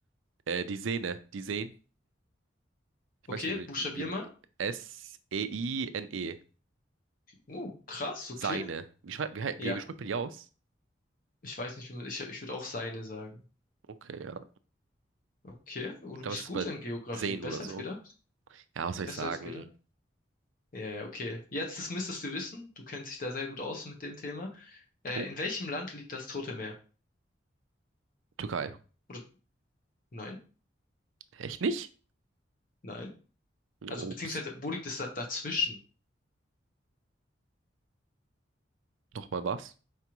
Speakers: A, on the right; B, on the left.
A: Äh, die Sehne, die Sehnen. Ich
B: Okay,
A: weiß nicht, wie, man-
B: buchstabier
A: wie, wie man.
B: mal.
A: S-E-I-N-E.
B: Oh, krass, okay.
A: Seine. Wie schreibt, wie, hei-
B: Ja,
A: wie, wie spricht man die aus?
B: ich weiß nicht, wie man, ich, ich würde auch Seine sagen.
A: Okay, ja.
B: Okay, oh,
A: Ich
B: du
A: glaube,
B: bist
A: es ist
B: gut
A: bei
B: in Geografie.
A: Sehnen
B: Besser
A: oder so.
B: als gedacht.
A: Ja, was soll
B: Besser
A: ich sagen?
B: als gedacht. Ja, ja, okay. Jetzt, das müsstest du wissen. Du kennst dich da sehr gut aus mit dem Thema. Äh,
A: Oh,
B: in welchem Land liegt das Tote Meer?
A: Türkei.
B: Oder nein,
A: Echt nicht?
B: nein. Also
A: Ups.
B: beziehungsweise, wo liegt es da, dazwischen?
A: Nochmal was?